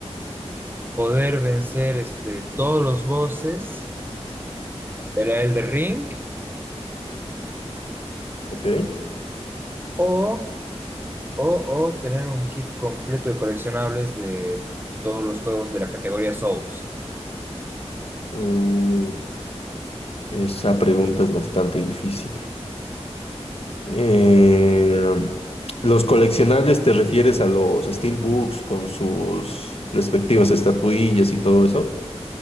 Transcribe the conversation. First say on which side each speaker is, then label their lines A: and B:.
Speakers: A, on the right; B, on the left.
A: ¿Poder vencer este, todos los bosses del Elder Ring
B: Ok.
A: o O, o tener un kit completo de coleccionables de todos los juegos de la categoría Souls.
B: Uh, esa pregunta es bastante difícil. Eh, ¿los coleccionables te refieres a los steelbooks con sus respectivas estatuillas y todo eso?